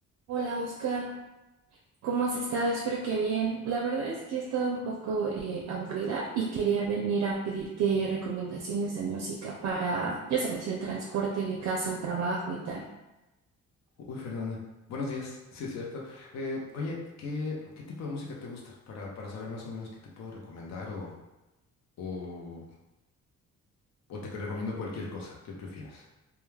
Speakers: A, on the right (about 60°); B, on the left (about 60°).
A: Hola Oscar, ¿cómo has estado? Espero que bien. La verdad es que he estado un poco eh, aburrida y quería venir a pedirte recomendaciones de música para, ya sabes, el transporte de casa al trabajo y tal.
B: Uy, Fernanda, buenos días, <laughs> sí es cierto. Eh, oye, ¿qué, qué tipo de música te gusta? Para, para saber más o menos qué te puedo recomendar o, o, o te recomiendo cualquier cosa, ¿qué prefieres?